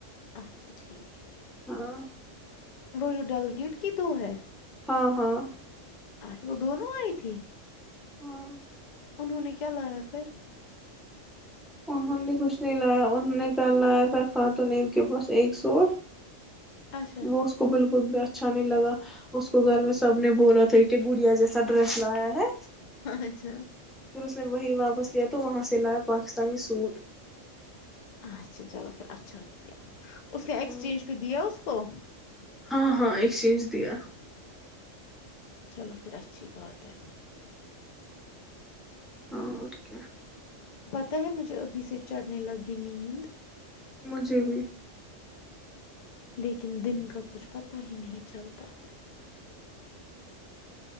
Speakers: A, on the left; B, in the centre.
A: اچھا ٹھیک
B: ہاں
A: وہ جو ڈل گیٹ کی دو ہے
B: ہاں ہاں
A: اچھا وہ دونوں آئی تھی
B: ہاں
A: انہوں نے کیا لایا پھر
B: مہن نے کچھ نہیں لایا انہوں نے کل لایا تھا خاتونو کے پاس ایک سوٹ
A: اچھا
B: وہ اس کو بالکل بھی اچھا نہیں لگا اس کو گھر میں سب نے بولا تھا کہ گڑیا جیسا ڈریس لایا ہے
A: اچھا
B: پھر اس نے وہی واپس لیا تو وہاں سے لایا پاکستانی سوٹ
A: اچھا چلو پھر اچھا کیایا اس نے ایکسچینج
B: ہ
A: بھی دیا اس کو
B: ہاں ہاں ایکسچینج دیا
A: چلو پھر اچھی بات ہے
B: ہاں اوکے
A: مجھب ابھی س چٹنائی لگی نیند
B: مجھے بھی
A: لیکن دن کا کچھ پتا ہی نہیں چلتا ہے